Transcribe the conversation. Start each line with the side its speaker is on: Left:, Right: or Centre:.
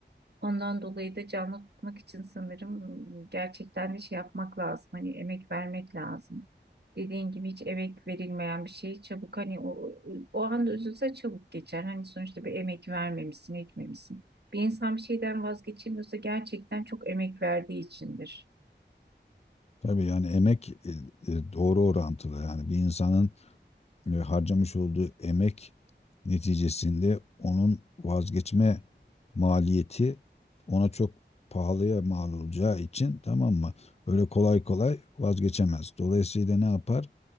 Right: Ondan dolayı da canlı tutmak için sanırım gerçekten de şey yapmak lazım. Hani emek vermek lazım. Dediğin gibi hiç emek verilmeyen bir şey çabuk hani o, o anda üzülse çabuk geçer. Hani sonuçta bir emek vermemişsin, etmemişsin. Bir insan bir şeyden vazgeçemiyorsa gerçekten çok emek verdiği içindir.
Left: Tabii yani emek e, e, doğru orantılı yani bir insanın e, harcamış olduğu emek neticesinde onun vazgeçme maliyeti ona çok pahalıya mal olacağı için tamam mı? Öyle kolay kolay vazgeçemez. Dolayısıyla ne yapar?